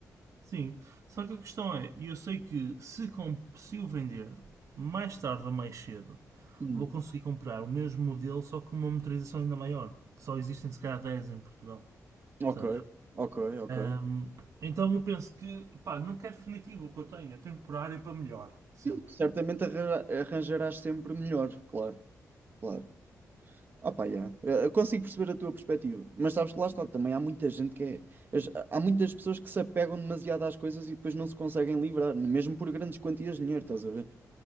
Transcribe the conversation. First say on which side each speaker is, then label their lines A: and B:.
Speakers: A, on the right; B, on the right.
A: sim, só que a questão é: eu sei que se, com se o vender mais tarde ou mais cedo
B: Hum.
A: vou conseguir comprar o mesmo modelo, só com uma motorização ainda maior. Que só existem se calhar 10 em Portugal,
B: Ok,
A: percebes?
B: ok, ok.
A: Ahm, então eu penso que, pá, não quero definitivo o que eu tenho, é temporário para melhor, sempre.
B: Sim, certamente arranja- arranjarás sempre melhor, claro, claro. Opa, yeah. Eh, Eu consigo perceber a tua perspectiva, mas sabes que lá está, também há muita gente que é. as- Há muitas pessoas que se apegam demasiado às coisas e depois não se conseguem livrar, mesmo por grandes quantias de dinheiro, estás a ver?